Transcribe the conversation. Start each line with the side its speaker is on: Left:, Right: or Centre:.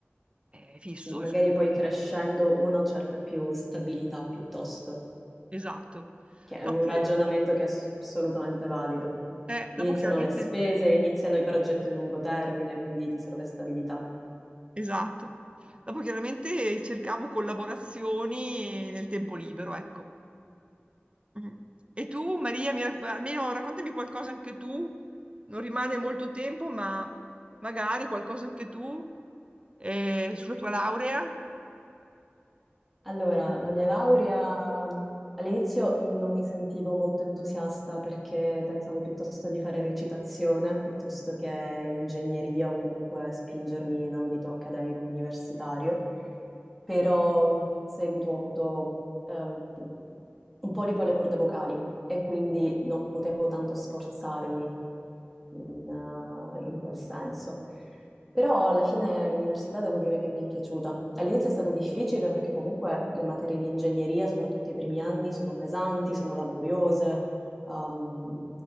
Right: eh, fisso.
Centre: sì, magari
Right: insomma.
Centre: poi crescendo uno cerca più stabilità piuttosto.
Right: Esatto.
Centre: che è
Right: Dopo,
Centre: un ragionamento
Right: le-
Centre: che è ass- assolutamente valido.
Right: eh,
Centre: Iniziano
Right: dopo chiaramente,
Centre: le spese, iniziano i progetti a lungo termine, quindi ti serve stabilità.
Right: esatto. Dopo chiaramente cercavo collaborazioni nel tempo libero, ecco. Mm. E tu, Maria, mi rac- almeno raccontami qualcosa anche tu. Non rimane molto tempo, ma magari qualcosa anche tu eh, sulla tua laurea.
Centre: Allora, la mia laurea all'inizio non mi sentivo molto entusiasta perché pensavo piuttosto di fare recitazione piuttosto che ingegneria o comunque spingermi in ambito accademico universitario, però in seguito ho avuto ehm, un polipo alle corde vocali e quindi non potevo tanto sforzarmi in, eh, in quel senso. Però alla fine l'università devo dire che mi è piaciuta. All'inizio è stato difficile perché comunque le materie di ingegneria, soprattutto i primi anni, sono pesanti, sono laboriose, ehm,